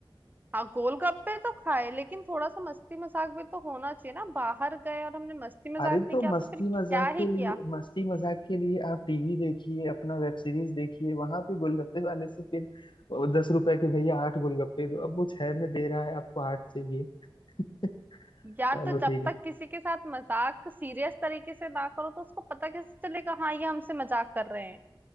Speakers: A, on the right (about 20°); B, on the left (about 65°).
A: हाँ गोलगप्पे तो खाए लेकिन थोड़ा सा मस्ती मजाक भी तो होना चाहिए ना बाहर गए और हमने मस्ती मजाक
B: अरे
A: नहीं
B: तो
A: किया
B: मस्ती
A: तो फिर
B: मजाक
A: क्या ही
B: के
A: किया
B: लिए मस्ती मजाक के लिए आप टीवी देखिए अपना वेब सीरीज देखिए वहां पे गोलगप्पे वाले से फिर दस रुपए के भैया आठ गोलगप्पे दो अब वो छह में दे रहा है आपको आठ चाहिए <laughs> चलो
A: यार तो जब
B: ठीक है
A: तक किसी के साथ मजाक सीरियस तरीके से ना करो तो उसको पता कैसे चलेगा हाँ ये हमसे मजाक कर रहे हैं